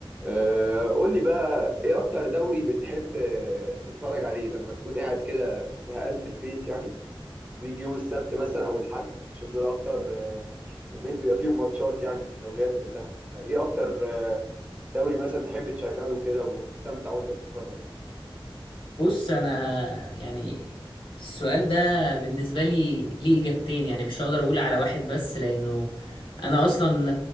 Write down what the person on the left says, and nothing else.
بص انا يعني السؤال ده بالنسبه لي ليه اجابتين يعني مش هقدر اقول على واحد بس لانه انا اصلا